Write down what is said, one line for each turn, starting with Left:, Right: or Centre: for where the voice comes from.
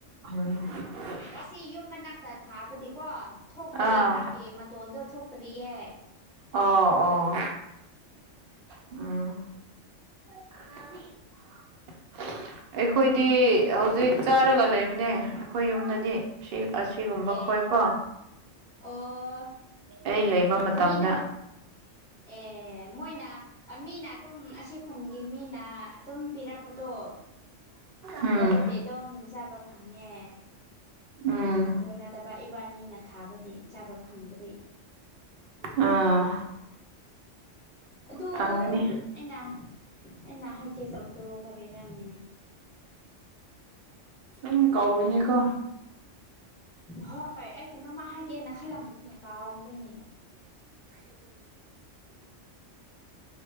Right: ꯎꯝ
Centre: ꯑꯁꯤ ꯌꯨꯝ ꯃꯅꯥꯛꯇ ꯊꯥꯕꯗꯤꯀꯣ ꯊꯣꯛꯇ꯭ꯔꯤ
Right: ꯑꯥ
Centre: ꯃꯥꯒꯤ ꯃꯇꯣꯟꯗꯣ ꯊꯣꯛꯇ꯭ꯔꯤꯌꯦ
Right: ꯑꯣ ꯑꯣ ꯎꯝ <unintelligible> ꯑꯩꯈꯣꯏꯗꯤ ꯍꯧꯖꯤꯛ ꯆꯥꯔꯒ ꯂꯩꯕꯅꯦ ꯑꯩꯈꯣꯏ ꯌꯨꯝꯗꯗꯤ ꯁꯤ ꯑꯁꯤꯒꯨꯝꯕ
Centre: ꯑꯦ
Right: ꯈꯣꯏꯀꯣ
Centre: ꯑꯣ
Right: ꯑꯩ ꯂꯩꯕ
Centre: ꯑꯦ
Right: ꯃꯇꯝꯗ
Centre: ꯃꯤꯅ ꯑꯦ ꯃꯣꯏꯅꯥ ꯃꯤꯅ ꯑꯗꯨꯝ ꯑꯁꯤ ꯈꯨꯟꯒꯤ ꯃꯤꯅ ꯑꯗꯨꯝ ꯄꯤꯔꯛꯄꯗꯣ
Right: ꯎꯝ
Centre: ꯑꯗꯨꯗꯤ ꯑꯗꯨꯝ ꯆꯥꯕ ꯐꯪꯉꯦ
Right: ꯎꯝ
Centre: ꯑꯗꯨ ꯅꯠꯇꯕ ꯅꯨꯕꯥꯅꯤꯅ ꯊꯥꯕꯗꯤ ꯆꯥꯕ ꯐꯪꯗ꯭ꯔꯤ
Right: ꯑꯥ
Centre: ꯑꯗꯨ
Right: ꯐꯪꯒꯅꯤ
Centre: ꯑꯩꯅ ꯑꯩ ꯅꯍꯥꯏꯒ ꯇꯕꯗꯣ ꯀꯔꯦꯔꯥꯅꯦ
Right: ꯑꯗꯨꯝ ꯀꯧꯏꯅꯤꯀꯣ
Centre: ꯍꯣꯏ ꯑꯩ ꯀꯩꯅꯣꯝꯃ ꯍꯥꯏꯒꯦꯅ ꯈꯜꯂꯝꯕꯗꯤꯅꯦ ꯀꯥꯎꯈ꯭ꯔꯦꯅꯦ